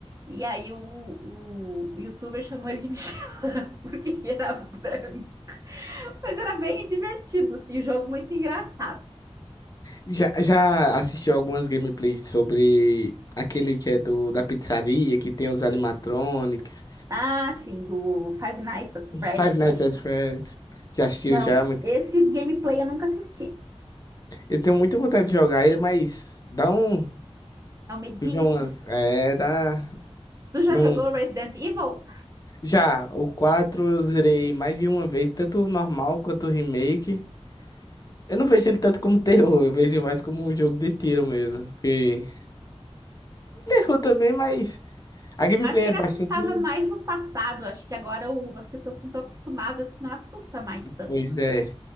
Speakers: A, on the right (about 30°); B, on the left (about 35°).
A: E aí, o, o, o youtuber chamou ele de Michelin, <laughs> porque ele era branco. Mas era bem divertido, assim, o jogo muito engraçado.
B: Já, já assistiu algumas gameplays sobre aquele que é do, da pizzaria, que tem os animatronics,
A: Ah, sim, do Five Nights at Freddy's,
B: Five Nights
A: eu acho
B: at
A: que.
B: Freddy's. Já assistiu
A: Não,
B: já, muito.
A: esse gameplay eu nunca assisti.
B: Eu tenho muita vontade de jogar ele, mas dá um.
A: É o medinho.
B: Vive umas. É, dá.
A: Tu já
B: Não.
A: jogou Resident Evil?
B: Já, o 4 eu zerei mais de uma vez, tanto o normal quanto o remake. Eu não vejo ele tanto como terror, eu vejo mais como um jogo de tiro mesmo. Porque Eu também, mas a gameplay
A: acho que
B: é
A: ele
B: bastante.
A: assustava mais no passado. Acho que agora o- as pessoas estão tão acostumadas que não assusta mais tanto.
B: Pois é,